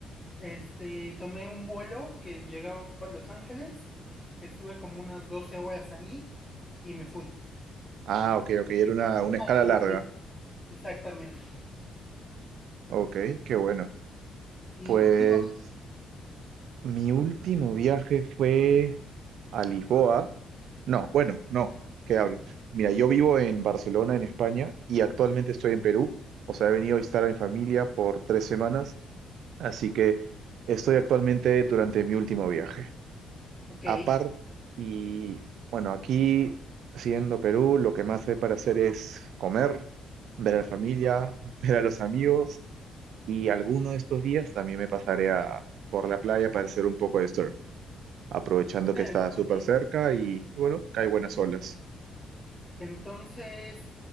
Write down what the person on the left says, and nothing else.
Este, tomé un vuelo que llegaba a Los Ángeles. Estuve como unas 12 horas ahí y me fui.
Para
más
bien. Exactamente.
¿Y
tu último viaje?
Ok,
interesante.
Entonces,